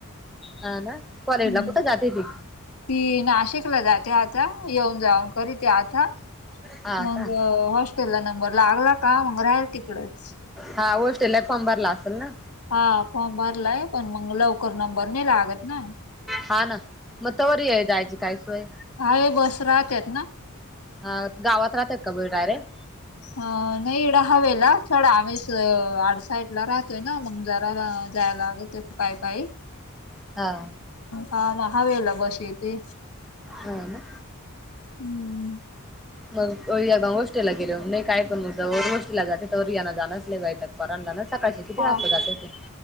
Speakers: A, in the centre; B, on the left.
A: हा ना कॉलेजला
B: हम्म
A: कुठ जाते ती?
B: ती नाशिकला जाते आता येऊन जाऊन करीते आता.
A: हा
B: मग
A: का
B: हॉस्टेल ला नंबर लागला का मग राहील तिकडच.
A: हा हॉस्टेलला फॉर्म भरला असेल ना?
B: हा फॉर्म भरलाय पण मग लवकर नंबर नी लागत ना.
A: हा ना मग तोवर ये जायची काय सोय?
B: आहे बस राहतात ना.
A: हा गावात राहतात का बस डायरेक्ट?
B: अ नाही एडं हवेला थोडा आम्हीच आडसाईडला राहतोय ना मग जरा जायला लागल ते पाई पाई
A: हा
B: हा हवेला बस येती
A: हा ना
B: हम्म
A: मग अवि आता हॉटेल ला गेल वर नही काय पण मग जो वर हॉटेल ला जात नही तो वर येन जणच लय राहत पोरांना न सकाळचे किती
B: हा
A: वाजता जाता ते?